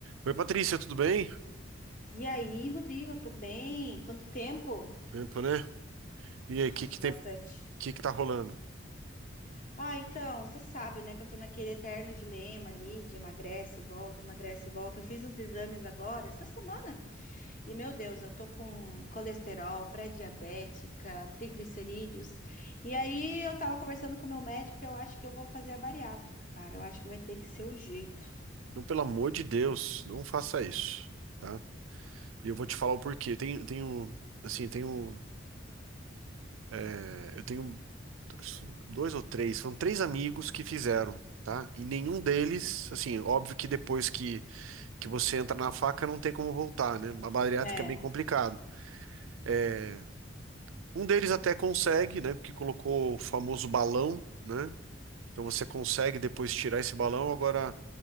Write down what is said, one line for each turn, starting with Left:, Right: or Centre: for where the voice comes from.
Right: Oi, Patrícia, tudo bem?
Left: E aí, Rodrigo, tô bem? Quanto tempo?
Right: Tempo, né? E aí,
Left: Nossa,
Right: o que que tem,
Left: bastante.
Right: que que tá rolando?
Left: Ah, então, você sabe, né, que eu tô naquele eterno dilema ali de emagrece e volta, emagrece e volta. Eu fiz uns exames agora, essa semana, e meu Deus, eu tô com colesterol, pré-diabética, triglicerídeos. E aí, eu tava conversando com o meu médico e eu acho que eu vou fazer a bariátrica, cara. Eu acho que vai ter que ser o jeito.
Right: Não, pelo amor de Deus, não faça isso, tá? E eu vou te falar o porquê. Eu Tenho, tenho, assim, tenho, é, eu tenho acho, dois ou três, são três amigos que fizeram, tá? E nenhum deles, assim, óbvio que depois que, que você entra na faca não tem como voltar, né? A bariátrica
Left: É,
Right: é bem complicado. É, um deles até consegue, né? Porque colocou o famoso balão, né? Então você consegue depois tirar esse balão, agora